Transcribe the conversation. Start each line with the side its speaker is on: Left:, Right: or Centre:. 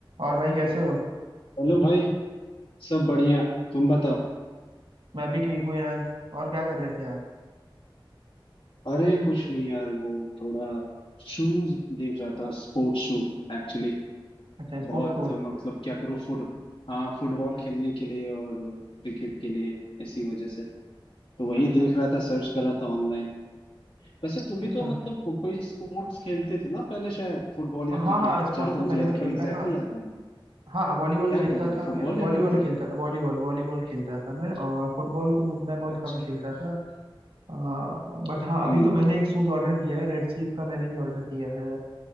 Right: और भाई कैसे हो
Left: Hello भाई सब बढ़िया तुम बताओ
Right: मैं भी ठीक हूँ यार और क्या कर रहे थे आप
Left: अरे कुछ नहीं यार वो थोड़ा शूज देख रहा था स्पोर्ट्स शू एक्चुअली
Right: अच्छा स्पोर्ट्स
Left: बहुत
Right: को
Left: मतलब क्या करूँ फुट हाँ फुटबॉल खेलने के लिए और क्रिकेट के लिए इसी वजह से तो वही
Right: अच्छा
Left: देख रहा था सर्च कर रहा था ऑनलाइन वैसे तुम भी
Right: अच्छा
Left: तो मतलब को- कोई स्पोर्ट्स खेलते थे ना पहले शायद फुटबॉल या
Right: हाँ
Left: क्रिकेट
Right: हाँ स्पोर्ट्स
Left: जहां तक
Right: तो
Left: मुझे
Right: पहले
Left: याद
Right: मैं
Left: है
Right: खेलता
Left: पर एग्जैक्टली
Right: था
Left: याद नहीं है
Right: हाँ वॉलीबॉल
Left: क्या
Right: खेलता
Left: खेलते थे
Right: था
Left: फुटबॉल
Right: मैं वॉलीबॉल
Left: या क्रिकेट
Right: खेलता था वॉलीबॉल वॉलीबॉल खेलता था मैं और फुटबॉल तो मुझ मैं बहुत
Left: अच्छा
Right: कम खेलता था हाँ बट हाँ
Left: हम्म
Right: अभी तो मैंने एक शूज ऑर्डर किया है रेड चीफ का मैंने भी ऑर्डर किया है